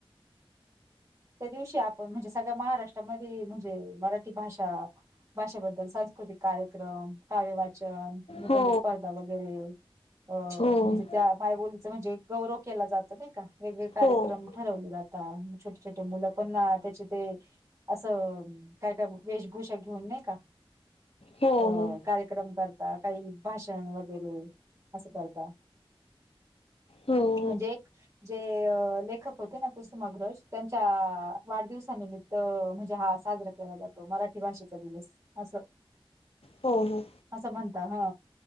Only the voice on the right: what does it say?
त्या दिवशी आपण म्हणजे सगळ्या महाराष्ट्रामध्ये म्हणजे मराठी भाषा भाषेबद्दल सांस्कृतिक कार्यक्रम काव्य वाचन, निबंध
स्पर्धा वगैरे. अ
म्हणजे त्या मायबोलीच म्हणजे गौरव केला जात नाही का. वेगळे कार्यक्रम
ठरवले जात. छोटे छोटे मुलं पण ना त्याचे ते असं काय, काय वेशभूषा घेऊन नाही का.
अ
कार्यक्रम करता काही भाषण वगैरे असं करता.
म्हणजे एक जे लेखक होते ना कुसुमाग्रज त्यांच्या वाढदिवसानिमित्त म्हणजे हा साजरा केला जातो मराठी भाषेचा दिवस. असं.
असं म्हणता हा.